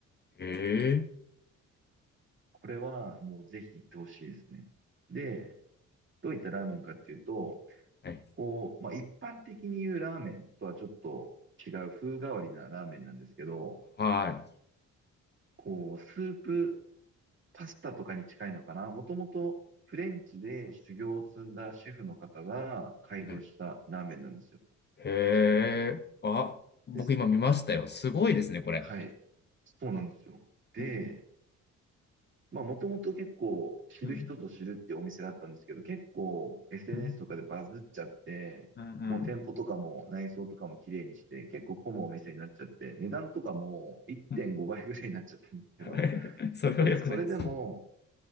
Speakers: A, on the left (about 35°); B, on the right (about 40°).
A: ええ
B: これはもうぜひ行ってほしいですね。で、どういったラーメンかっていうと、
A: はい。
B: こう、まあ、一般的に言うラーメンとはちょっと違う風変わりなラーメンなんですけど、
A: はい。
B: こう、スープパスタとかに近いのかな。もともとフレンチで修行を積んだシェフの方が開業したラーメンなんですよ。
A: はいへえ。あ、僕今見ましたよ。
B: です。
A: すごいですね、これ。
B: はい。そうなんですよ。で、
A: うん、
B: まあもともと結構知る人ぞ知るってお店だったんですけど、
A: うん、
B: 結構 SNS
A: うん、
B: とかでバズっちゃって、
A: うん、うん。
B: もう店舗とかも内装とかも綺麗にして、結構混むお店になっちゃって、値段とかも1.5倍ぐらいになっちゃったんですけど、
A: うん <laughs> それは良くないです。
B: ただそれでも